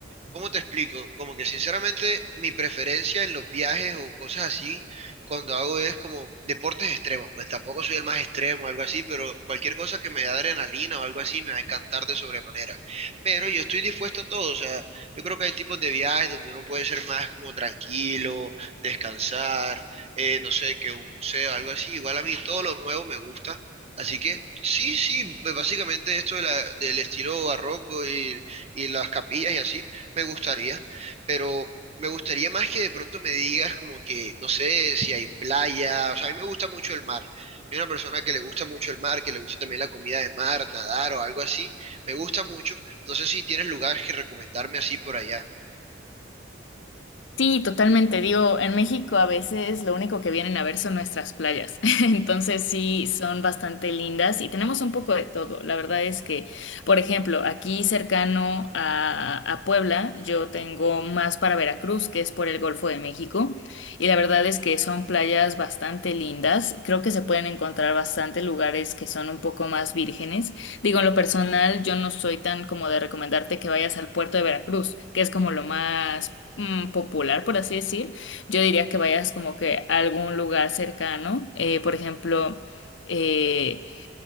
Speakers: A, on the right; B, on the left.
A: ¿Cómo te explico? Como que sinceramente mi preferencia en los viajes o cosas así, cuando hago es como deportes extremos, pues tampoco soy el más extremo o algo así, pero cualquier cosa que me dé adrenalina o algo así me va a encantar de sobremanera. Pero yo estoy dispuesto a todo, o sea, yo creo que hay tipos de viajes donde uno puede ser más como tranquilo, descansar, eh, no sé, que un museo, algo así. Igual a mí todo lo nuevo me gusta. Así que sí, sí, pues básicamente esto de la- del estilo barroco y, y las capillas y así me gustaría, pero me gustaría más que de pronto me digas como que, no sé, si hay playa, o sea, a mí me gusta mucho el mar. Soy una persona que le gusta mucho el mar, que le gusta también la comida de mar, nadar o algo así. Me gusta mucho. No sé si tienes lugares que recomendarme así por allá.
B: Sí, totalmente. Digo, en México a veces lo único que vienen a ver son nuestras playas. <laughs> Entonces sí, son bastante lindas y tenemos un poco de todo. La verdad es que, por ejemplo, aquí cercano a, a Puebla, yo tengo más para Veracruz, que es por el Golfo de México. Y la verdad es que son playas bastante lindas. Creo que se pueden encontrar bastante lugares que son un poco más vírgenes. Digo, en lo personal, yo no soy tan como de recomendarte que vayas al puerto de Veracruz, que es como lo más mm, popular, por así decir. Yo diría que vayas como que a algún lugar cercano, eh, por ejemplo, eh,